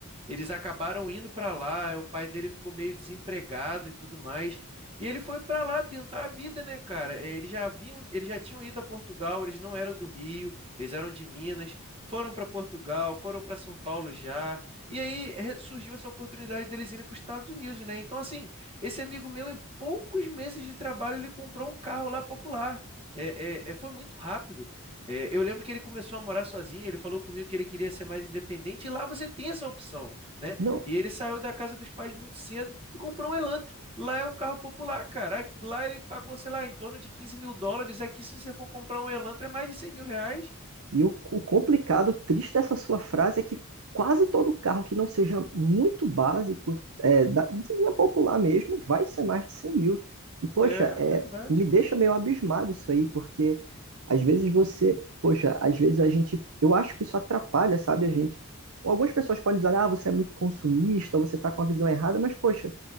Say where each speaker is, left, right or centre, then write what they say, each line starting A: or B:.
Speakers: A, on the right; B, on the right.
A: eles acabaram indo para lá. O pai dele ficou meio desempregado e tudo mais. E ele foi para lá tentar a vida, né, cara? Eh, Eles já haviam, eles já tinham ido a Portugal, eles não eram do Rio, eles eram de Minas, foram para Portugal, foram para São Paulo já. E aí re- surgiu essa oportunidade deles irem para os Estados Unidos, né? Então, assim, esse amigo meu, em poucos meses de trabalho, ele comprou um carro lá popular. É, é, é, foi muito rápido. É, eu lembro que ele começou a morar sozinho, ele falou comigo que ele queria ser mais independente, e lá você tem essa opção, né?
B: Não,
A: E ele saiu da casa dos pais muito cedo e comprou um Elantra. Lá é um carro popular, cara. Aqui- Lá ele pagou, sei lá, em torno de 15 mil dólares. Aqui, se você for comprar um Elantra, é mais de 100 mil reais.
B: E o, o complicado, o triste dessa sua frase é que quase todo carro que não seja muito básico, é, da, de linha popular mesmo, vai ser mais de 100 mil. E, poxa,
A: É verdade.
B: é, me deixa meio abismado isso aí, porque às vezes você, poxa, às vezes a gente, eu acho que isso atrapalha, sabe, a gente. Algumas pessoas podem dizer, ah, você é muito consumista, você está com a visão errada, mas, poxa,